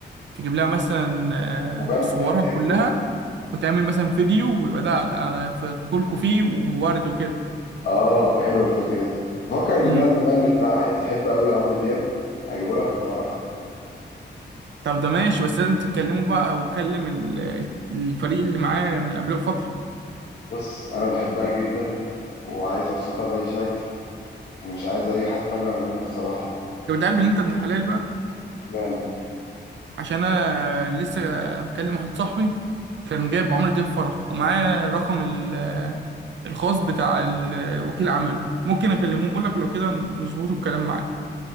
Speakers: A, on the right; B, on the left.
A: تجيب لها مثلا
B: المغني
A: آه، صورها
B: اللي هي بتحبه
A: كلها وتعمل مثلا فيديو ويبقى ده على على- في دخولكوا فيه وورد وكده
B: اه حلوه الفكره دي بفكر اجيب
A: امم
B: لها المغني بتاعها هي بتحب قوي عمرو دياب اجيبه لها في الفرح
A: طب ده ماشي بس لازم تكلمه بقى وتكلم ال- الفريق اللي معاه من قبلها بفترة
B: بص انا بحبها جدا وعايز ابسطها باي شكل ومش عايز اي حد فرق ما بيننا الصراحه
A: طب انت عارف ان انت ابن حلال بقى
B: اشمعنى
A: عشان انا لسه مكلم واحد صاحبي كان جايب عمرو دياب فرح ومعاه رقم ال- آه، الخاص بتاع ال- آه، وكيل عمله ممكن اكلمه لك ولو كده نظبطه الكلام معاه